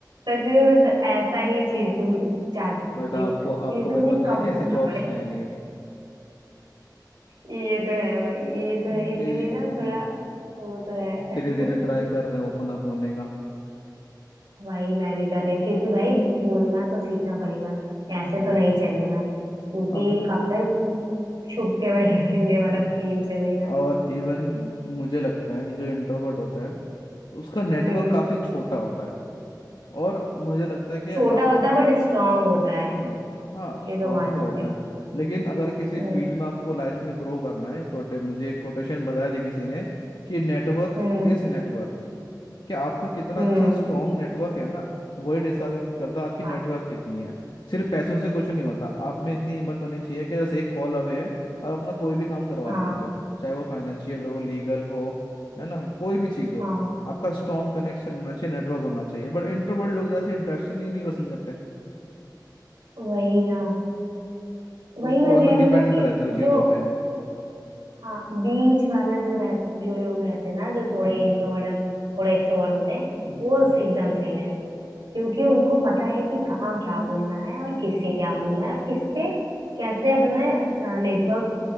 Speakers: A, on the right; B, on the left.
A: सच में मैं स- ऐसा ही चीज ढू- चाहती
B: बट आपको
A: हूँ कि
B: आपको
A: जिसमें
B: भी
A: मुझे
B: पता
A: कम
B: है कि ऐसी
A: बोलना
B: जॉब्स
A: पड़े
B: हैं नहीं <laughs>
A: ये तो है भाई ये तो
B: क्योंकि
A: है इसीलिए ना
B: हम
A: थोड़ा वो तो है
B: धीरे
A: <laughs>
B: धीरे ट्राई कर रहे हैं ओपन अप होने का
A: वही मैं भी कर रही हूँ क्योंकि भाई बोलना तो सीखना पड़ेगा ऐसे
B: हम्म,
A: तो नहीं चलेगा क्योंकि
B: अब
A: कब तक छुप के बैठे रहेंगे वाला
B: वही
A: सीन चलेगा
B: और इवन मुझे लगता है कि जो इंट्रोवर्ट होता है उसका नेटवर्क
A: हम्म
B: काफ़ी छोटा होता है और मुझे लगता है कि
A: छोटा
B: आप
A: होता है हम्म। बट स्ट्रांग होता
B: हम्म
A: है
B: हाँ स्ट्रांग
A: ये तो मानना
B: तो
A: पड़ेगा
B: होता है लेकिन अगर किसी
A: हम्म
B: फील्ड में आपको लाइफ में ग्रो करना है कोटे मुझे एक कोटेशन बताया थी किसी ने कि नेटवर्क
A: हम्म
B: इज नेटवर्थ क्या आपका कितना
A: हम्म
B: अच्छा स्ट्रांग
A: हम्म,
B: नेटवर्क है ना वही डिसाइड करता है आपकी
A: हाँ
B: नेटवर्क कितनी है सिर्फ पैसों से कुछ नहीं होता आप में इतनी हिम्मत होनी चाहिए कि बस एक कॉल अवे है और अपना कोई भी काम करवा
A: हाँ
B: सकते हो चाहे वो फाइनेंशियल हो लीगल हो है ना कोई भी चीज़ हो
A: हाँ
B: आपका स्ट्रांग कनेक्शन होना चाहिए नेटवर्क होना चाहिए बट इंट्रोवर्ट लोग जैसे इंट्रैक्शन ही नहीं पसंद करते
A: वही ना
B: तो
A: वही मैं
B: थोड़ा
A: कह
B: सा
A: रही
B: डिपेंड
A: हूँ ना कि
B: रहते हैं
A: जो
B: चीज़ों पे
A: हाँ बीच वाला जो रह जो लोग रहते हैं ना जो थोड़े
B: हम्म
A: इंट्रोवर्ट थोड़े एक्सट्रोवर्ट होते हैं
B: हम्म
A: वो एकदम सही रहते हैं क्योंकि उनको पता है कि कहाँ क्या बोलना है और किससे क्या बोलना है और किससे कैसे अपने नेटवर्क